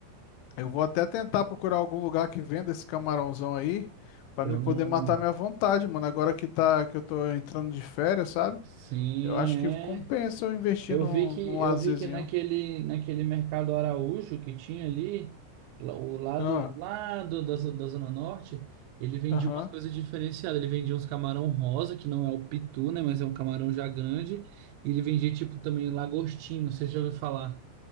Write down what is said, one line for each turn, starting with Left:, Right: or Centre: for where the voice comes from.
Left: Eu vou até tentar procurar algum lugar que venda esse camarãozão aí, pra
Right: Eu
Left: me
Right: não...
Left: poder matar minha vontade, mano. Agora que tá que eu tô entrando de férias, sabe?
Right: Sim,
Left: Eu acho
Right: é.
Left: que compensa eu investir
Right: Eu
Left: num,
Right: vi que
Left: num lazerzinho.
Right: eu vi que naquele naquele mercado Araújo que tinha ali, lá- o lado
Left: Ah,
Right: lá do- da, zo- da Zona Norte, ele vendia
Left: aham.
Right: umas coisas diferenciadas. Ele vendia uns camarão rosa, que não é o pitu, né, mas é um camarão já grande, e ele vendia tipo também lagostinho, não sei se já ouviu falar.